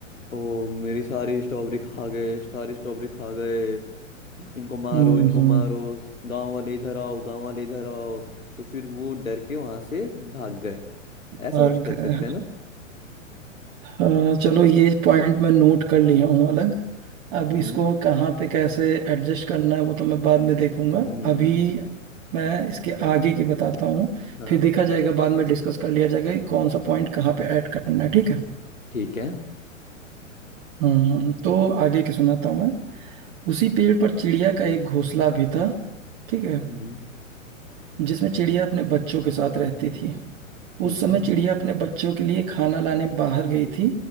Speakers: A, on the left (about 80°); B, on the right (about 40°).
A: ओ मेरी सारी स्ट्रॉबेरी खा गए सारी स्ट्रॉबेरी खा गए इनको मारो
B: हम्म
A: इनको
B: हम्म
A: मारो गांव वाले इधर आओ गांव वाले इधर आओ तो फिर वो डर के वहां से भाग गए ऐसा
B: भाग
A: कुछ कर
B: गए
A: सकते
B: हाँ।
A: हैं ना
B: अ, चलो ये पॉइंट मैं नोट कर लिया
A: हम्म
B: हूँ अलग अब इसको
A: हम्म
B: कहाँ पे कैसे एडजस्ट करना है वो तो मैं बाद में देखूंगा
A: हम्म
B: अभी मैं इसके आगे की बताता हूँ
A: हाँ
B: फिर देखा जाएगा बाद में डिस्कस कर लिया जाएगा कि कौन सा पॉइंट कहाँ पे ऐड करना है ठीक है
A: ठीक है
B: हम्म तो आगे की सुनाता हूँ मैं उसी पेड़ पर चिड़िया का एक घोंसला भी था ठीक है
A: हम्म
B: जिसमें चिड़िया अपने बच्चों के साथ रहती थी
A: ठीक
B: उस समय
A: है
B: चिड़िया अपने बच्चों के लिए खाना लाने बाहर गई थी